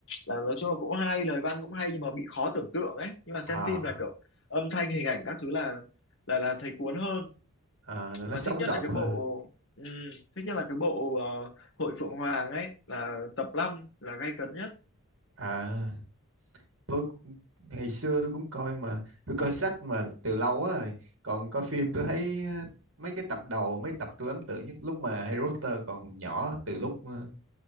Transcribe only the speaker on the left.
là nói chung là cũng hay lời văn cũng hay nhưng mà bị khó tưởng tượng ấy nhưng mà xem
phim là kiểu âm thanh hình ảnh các thứ là là là thấy cuốn hơn
mà
thích nhất
là cái
bộ ừm, thích nhất là cái bộ ờ, Hội Phượng Hoàng ấy là tập 5 là gay cấn nhất